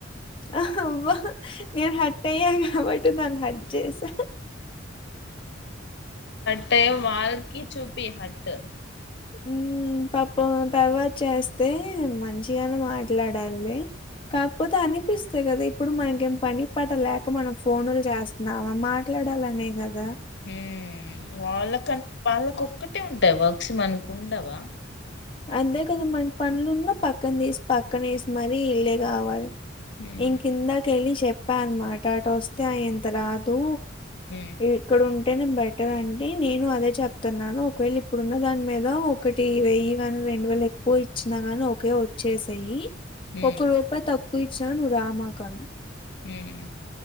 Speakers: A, on the left (about 30°); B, on the left (about 60°).
A: ఆ అవ్వా నేను హట్అయ్యా కాబట్ దాన్ హట్ జేసా
B: ట్ అయ్యే వాళ్ళకి చూపీ హట్టు
A: హ్మ్ పాప తర్వాత చేస్తే మంచిగానే మాట్లాడాలి కాకపోతే అని పిస్తాయి కదా ఇప్పుడు మనకేం పని పాట లా క్ మనం ఫోనులు చేస్ నావ మాట్లాడాలనేగదా
B: హ్మ్ వాళ్ళకన్ వాళ్ళకొ ఒక్కటే ఉంటాయి వక్స్ మనుకు ఉండవా
A: అందేక్ మనకి పన్లున్నా పక్కన తీసి పక్కన వేసి మరి ఇల్లే కావాలి
B: ఉమ్
A: ఇం కింద కెలి చెప్పా అనమాట అట వస్తే ఆ ఎంత రాదు
B: ఉమ్
A: ఎక్కడు అంటేనే బెటర్ అండి నేను అదే చెప్తున్నాను ఒకవేళ ఇప్పుడున్న దాని మీద ఒకటి వెయ్యి గాని రెండు వేలు ఎక్కువ ఇచ్చినా గాని ఒకే వచ్చేసెయ్యి
B: ఉమ్
A: ఒక రూపాయ్ తక్ కు ఇచ్చినా నువ్వు రామాకు అన్
B: హ్మ్